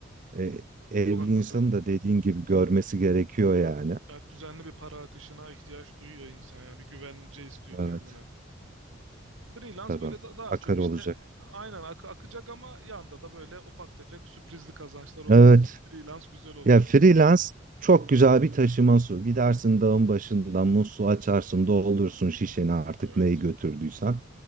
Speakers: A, on the right (about 40°); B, on the right (about 80°).
A: E, evli
B: Çok haklısın.
A: insanın da dediğin gibi görmesi gerekiyor yani.
B: Yani düzenli bir para akışına ihtiyaç duyuyor insan ya. Bir güvence istiyor
A: Evet
B: kendine. Freelance
A: tabii
B: böyle da- daha
A: akar
B: çok işte
A: olacak.
B: aynen ak- akacak ama yanda da böyle ufak tefek sürprizli kazançlar olması
A: Evet.
B: için freelance güzel oluyor.
A: Ya freelance çok güzel bir taşıma su. Gidersin dağın başından musluğu açarsın, doldursun şişeni artık
B: Evet,
A: neyi götürdüysen.